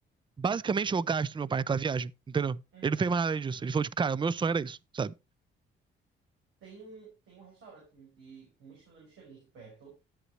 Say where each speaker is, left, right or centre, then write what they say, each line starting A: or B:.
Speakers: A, on the right; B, on the right.
A: Basicamente, eu gasto meu pai aquela viagem, entendeu?
B: Uhum.
A: Ele não fez mais nada além disso. Ele falou, tipo, cara, o meu sonho era isso, sabe?
B: Tem um, tem um restaurante de, com uma estrela Michelin aqui perto.